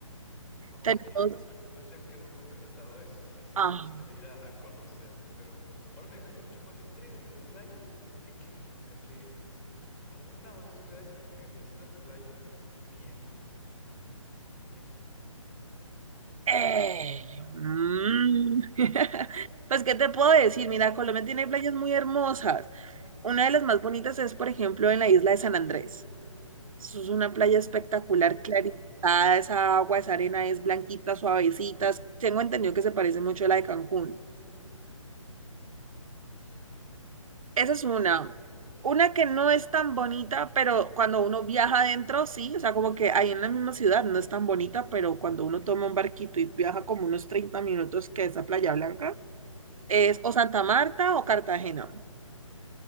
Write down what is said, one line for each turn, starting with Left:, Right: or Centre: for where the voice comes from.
Left: Ah, Ok,
Right: Tenemos,
Left: perfecto. Entonces ya quedó concretado eso, que sí
Right: ah,
Left: me gustaría ir a, a conocer, pero ahora me dejaste mucho con la intriga. ¿Y de playas? ¿Qué, qué onda? O sea, que una o dos ciudades que tú digas, estas playas ni en, en México.
Right: eh, mm. <laughs> Pues, ¿qué te puedo decir? Mira, Colombia tiene playas muy hermosas. Una de las más bonitas es, por ejemplo, en la isla de San Andrés. Eso es una playa espectacular,
Left: Ok,
Right: clarificada, esa agua, esa arena es blanquita, suavecita. Tengo entendido que se parece mucho a la de Cancún.
Left: ok.
Right: Esa es una. Una que no es tan bonita, pero cuando uno viaja adentro, sí, o sea, como que ahí en la misma ciudad no es tan bonita, pero cuando uno toma un barquito y viaja como unos 30 minutos, que es a Playa Blanca, es o Santa Marta o Cartagena.